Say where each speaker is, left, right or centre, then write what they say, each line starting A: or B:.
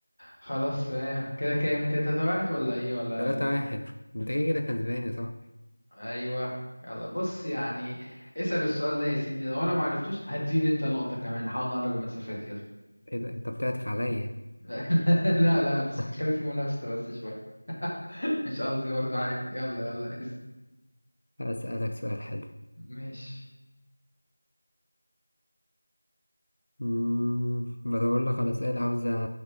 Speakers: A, on the left (about 60°); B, on the left (about 80°).
A: خلاص آه، كده كام كده تلاتة واحد ولا ايه ولا
B: تلاتة واحد انت كده كده كسبان يا صاحبي
A: ايوه يلا بص يعني اسأل السؤال ده يا سيدي لو انا ما عرفتوش هتزيد انت نقطة كمان نحاول نقرب المسافات يلا
B: ايه ده انت بتعطف عليا
A: <laughs> لا لا لا، بس
B: <laughs>
A: متخلي في منافسة بس شوية مش قصدي برضه حاجة يلا يلا اسأل
B: اسالك سؤال حلو
A: ماشي
B: مم، بدور لك على سؤال عاوز أ-